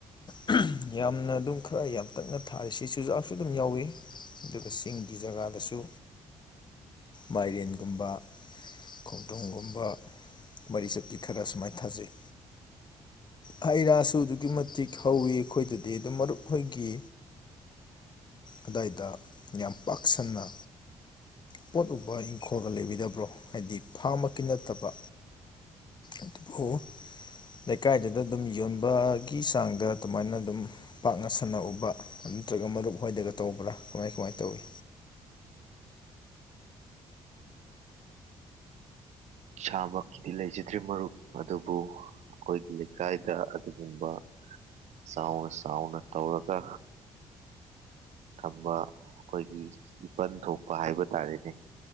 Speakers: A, on the left (about 35°); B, on the right (about 65°).
A: <unintelligible> ꯌꯥꯝꯅ ꯑꯗꯨꯝ ꯈꯔ ꯌꯥꯝ ꯇꯛꯅ ꯊꯥꯔꯤ ꯁꯤ ꯆꯨꯖꯥꯛꯁꯨ ꯑꯗꯨꯝ ꯌꯥꯎꯋꯤ ꯑꯗꯨꯒ ꯁꯤꯡꯒꯤ ꯖꯒꯥꯗꯁꯨ ꯃꯥꯏꯔꯦꯟꯒꯨꯝꯕ ꯈꯣꯡꯗꯔꯨꯝꯒꯨꯝꯕ ꯃꯔꯤ ꯆꯠꯄꯤ ꯈꯔ ꯁꯨꯃꯥꯏ ꯊꯥꯖꯩ ꯍꯩ ꯔꯥꯁꯨ ꯑꯗꯨꯛꯀꯤ ꯃꯇꯤꯛ ꯍꯧꯋꯤ ꯑꯩꯈꯣꯏꯗꯗꯤ ꯑꯗꯨꯝ ꯃꯔꯨꯞ ꯍꯣꯏꯒꯤ ꯑꯗꯥꯏꯗ ꯌꯥꯝ ꯄꯥꯛꯁꯟꯅ ꯄꯣꯠ ꯀꯨꯝꯕ ꯏꯪꯈꯣꯜꯒ ꯂꯩꯕꯤꯗꯕ꯭ꯔꯣ ꯍꯥꯏꯗꯤ ꯐꯥꯝꯃꯛꯀꯤ ꯅꯠꯇꯕ ꯑꯗꯨꯕꯨ ꯂꯩꯀꯥꯏꯗꯨꯗ ꯑꯗꯨꯝ ꯌꯣꯟꯕꯥꯒꯤ ꯆꯥꯡꯗ ꯑꯗꯨꯃꯥꯏꯅ ꯑꯗꯨꯝ ꯄꯥꯛꯅ ꯁꯟꯅ ꯎꯕ ꯅꯠꯇ꯭ꯔꯒ ꯃꯔꯨꯞ ꯍꯣꯏꯗꯒ ꯇꯧꯕ꯭ꯔꯥ ꯀꯃꯥꯏ ꯀꯃꯥꯏ ꯇꯧꯏ꯫
B: ꯏꯁꯥꯃꯛꯀꯤꯗꯤ ꯂꯩꯖꯗ꯭ꯔꯦ ꯃꯔꯨꯞ ꯑꯗꯨꯕꯨ ꯑꯈꯣꯏꯒꯤ ꯂꯩꯀꯥꯏꯗ ꯑꯗꯨꯒꯨꯝꯕ ꯆꯥꯎꯅ ꯆꯥꯎꯅ ꯇꯧꯔꯒ ꯊꯝꯕ ꯑꯈꯣꯏꯒꯤ ꯏꯄꯟ ꯊꯣꯛꯄ ꯍꯥꯏꯕ ꯇꯥꯔꯦꯅꯦ꯫